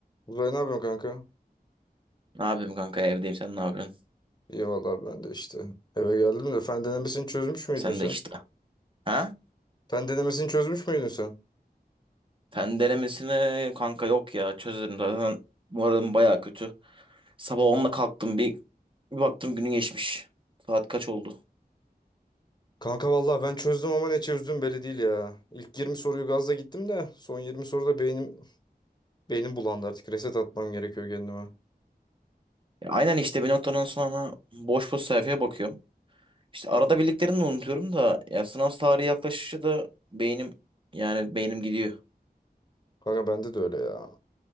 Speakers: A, on the left; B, on the right.
A: Uzay ne yapıyorsun kanka?
B: Ne yapayım kanka evdeyim sen ne yapıyorsun?
A: İyi vallahi ben de işte. Eve geldim de fen denemesini çözmüş müydün
B: Sen
A: sen?
B: de işte. Ha?
A: Fen denemesini çözmüş müydün sen?
B: Fen denemesine kanka yok ya çözerim zaten. Moralim baya kötü. Sabah 10'da kalktım bir, bir baktım günün geçmiş. Saat kaç oldu?
A: Kanka vallahi ben çözdüm ama ne çözdüm belli değil ya. İlk 20 soruyu gazla gittim de son 20 soruda beynim beynim bulandı artık. Reset atmam gerekiyor kendime.
B: Ya aynen işte bir noktadan sonra boş boş sayfaya bakıyorum. İşte arada bildiklerini de unutuyorum da ya sınav tarihi yaklaşışı da beynim yani beynim gidiyor.
A: Kanka bende de öyle ya.